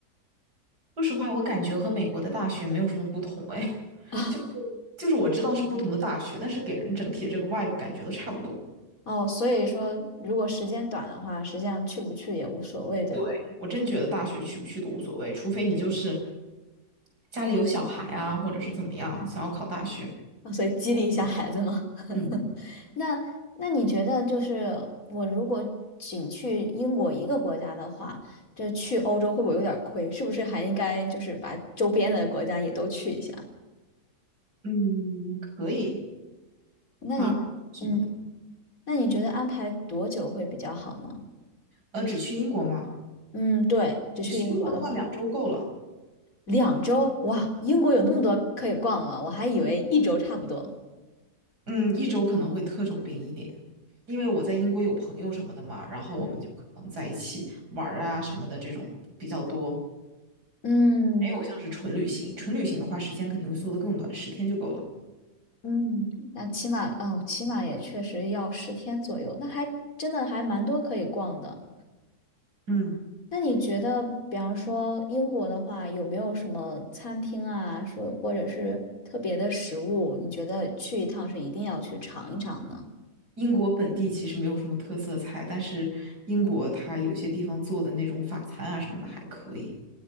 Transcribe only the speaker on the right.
说实话，我感觉和美国的大学没有什么不同，哎，<laughs>
就就是我知道是不同的大学，但是给人整体的这个 vibe 感觉都差不多。
对，我真觉得大学去不去都无所谓，除非你就是家里有小孩啊，或者是怎么样，想要考大学。
嗯
嗯，可以，
发什么的。
呃，只去英国吗？
只去英国的话，两周够了。
嗯，一周可能会特种兵一点，因为我在英国有朋友什么的嘛，然后我们就可能在一起玩儿啊什么的这种比较多。
还有像是纯旅行，纯旅行的话，时间肯定会缩得更短，十天就够了。
嗯，
英国本地其实没有什么特色菜，但是英国它有些地方做的那种法餐啊什么的还可以。